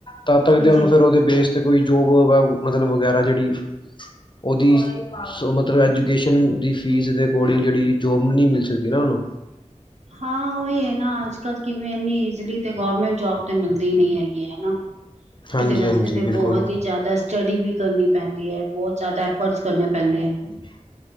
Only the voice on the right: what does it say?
ਜੀ।
ਹਾਂ ਉਹੀ ਐ ਨਾ ਅੱਜ-ਕੱਲ ਕਿਵੇਂ ਇਨੀ ਇਜਲੀ ਤੇ ਗੌਰਮੈਂਟ ਜੋਬ ਤੇ ਮਿਲਦੀ ਨਹੀਂ ਹੈਗੀ ਹਨਾ। <unintelligible>
ਉਹਦੇ ਵਾਸਤੇ
ਤਾਂ
ਬਹੁਤ ਹੀ ਜ਼ਿਆਦਾ ਸਟੱਡੀ ਵੀ ਕਰਨੀ ਪੈਂਦੀ ਐ ਬਹੁਤ ਜ਼ਿਆਦਾ ਐਫਰਟਸ ਕਰਨੇ ਪੈਂਦੇ ਐ।